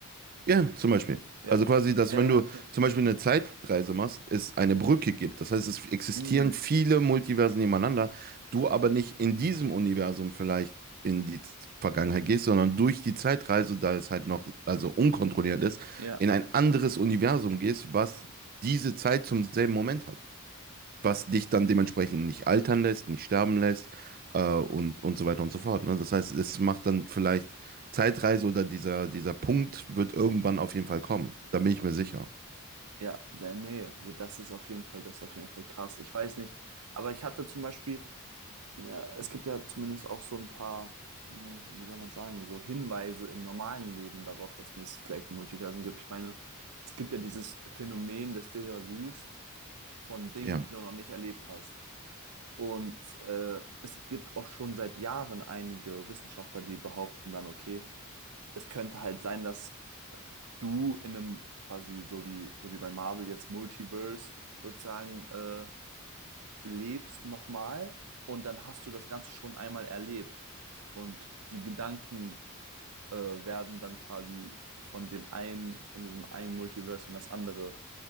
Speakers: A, on the right; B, on the right.
A: ja, zum Beispiel.
B: Ja.
A: Also quasi, dass
B: Äh,
A: wenn du
B: okay.
A: zum Beispiel eine Zeitreise machst, es eine Brücke gibt. Das heißt, es existieren
B: Mm,
A: viele Multiversen nebeneinander, du aber nicht in diesem Universum vielleicht in die Z- Vergangenheit gehst, sondern durch die Zeitreise, da es halt noch, also unkontrolliert ist,
B: ja.
A: in ein anderes Universum gehst, was diese Zeit zum selben Moment hat. was dich dann dementsprechend nicht altern lässt, nicht sterben lässt äh, und, und so weiter und so fort. Ne? Das heißt, es macht dann vielleicht Zeitreise oder dieser, dieser Punkt wird irgendwann auf jeden Fall kommen. Da bin ich mir sicher.
B: Ja, der, nee, das ist auf jeden Fall, das ist auf jeden Fall krass. Ich weiß nicht, aber ich hatte zum Beispiel, äh, es gibt ja zumindest auch so ein paar, hm, wie soll man sagen, so Hinweise im normalen Leben darauf, dass es vielleicht Multiversen gibt. Ich meine, es gibt ja dieses Phänomen des Déjà-vus von Dingen,
A: Ja.
B: die du noch nicht erlebt hast. Und äh, es gibt auch schon seit Jahren einige Wissenschaftler, die behaupten dann, okay, es könnte halt sein, dass du in einem quasi so wie, so wie bei Marvel jetzt Multiverse sozusagen äh, lebst nochmal und dann hast du das Ganze schon einmal erlebt und die Gedanken äh, werden dann quasi von dem einen, von diesem einen Multiverse in das andere